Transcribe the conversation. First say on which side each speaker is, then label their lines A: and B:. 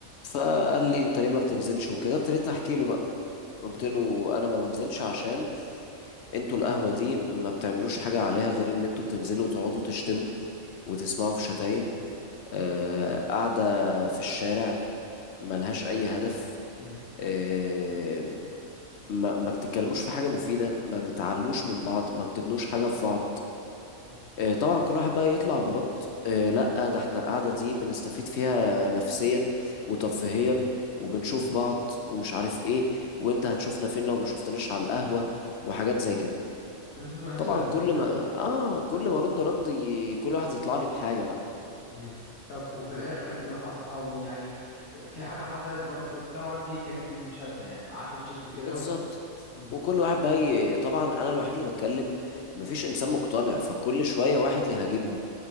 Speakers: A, on the left (about 65°); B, on the left (about 80°).
A: فقال لي انت ليه ما بتنزلش وكده ابتديت احكي له بقى قلت
B: مم،
A: له انا ما بنزلش عشان انتوا القهوة دي ما بتعملوش حاجة عليها غير ان انتوا بتنزلوا وتقعدوا تشتموا وتسمعوا في شتايم آه، قاعدة في الشارع ملهاش اي هدف
B: مم،
A: آه، ما ما بتتكلموش في حاجة مفيدة ما بتعلوش من بعض ما بتبنوش حاجة في بعض
B: مم.
A: آه، طبعا كل واحد بقى يطلع برد آه، لا ده احنا القعدة دي بنستفيد فيها نفسيا وترفيهيا وبنشوف بعض ومش عارف ايه وانت هتشوفنا فين لو ما شفتناش على القهوة وحاجات زي كده
B: ردود ملهاش
A: طبعا
B: لازمة
A: كل
B: يعني
A: ما اه كل ما ارد رد ي... كل واحد يطلع لي بحاجه بقى
B: مم. طب وفي الاخر ايه اللي حصل او يعني في حاجة حصلت برضه طبعا دي كانت المشادة يعني قعدتوا تشدوا كده
A: بالظبط
B: و... مم،
A: وكل واحد بقى ي... طبعا انا الوحيد اللي بتكلم مفيش انسان مقتنع فكل شويه واحد يهاجمني